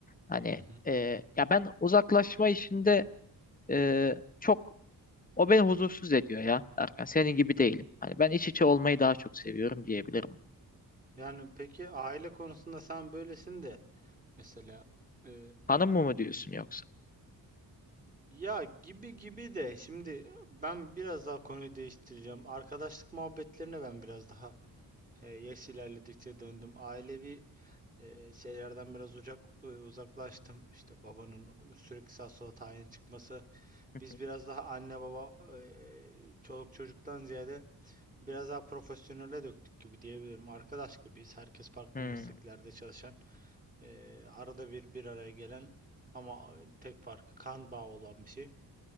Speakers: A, on the left; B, on the right.
A: Hani
B: Hı hı.
A: e, ya ben uzaklaşma işinde e, çok o beni huzursuz ediyor ya. Erkan senin gibi değilim. Hani ben iç içe olmayı daha çok seviyorum diyebilirim.
B: Yani peki aile konusunda sen böylesin de mesela e,
A: Hanım mı mı diyorsun yoksa?
B: ya gibi gibi de şimdi ben biraz daha konuyu değiştireceğim. Arkadaşlık muhabbetlerine ben biraz daha E, yaş ilerledikçe döndüm. Ailevi e, şeylerden biraz uzak e, uzaklaştım. İşte babanın sürekli sağ sola tayin çıkması.
A: <laughs>
B: Biz biraz daha anne baba e, çoluk çocuktan ziyade biraz daha profesyonele döktük gibi diyebilirim. Arkadaş gibiyiz. Herkes farklı
A: Hmm,
B: mesleklerde çalışan, e, arada bir bir araya gelen ama tek farkı kan bağı olan bir şey.